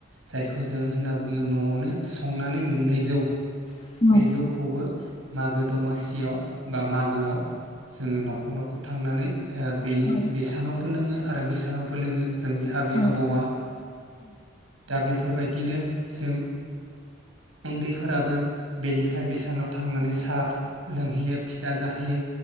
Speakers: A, on the right (about 85°); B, on the left (about 30°).
A: जायखौ जों होनना बुंङो न'आवनो संनानै मोननाय जौ।
B: औ
A: बे
B: औ
A: जौखौबो मागो दमासियाव बा मागोआव जोङो न'खर न'खर थांनानै ओ बेनि
B: औ
A: बेसानावबो लोङो आरो बेसानावबो लोङो जोंनि आबै
B: औ
A: आबौआ। दा बे फोरबायदिनो जों उन्दैफोराबो बेनिफ्राय बेसानाव थांनानै साहा लोंहैयो फिथा जाहैयो।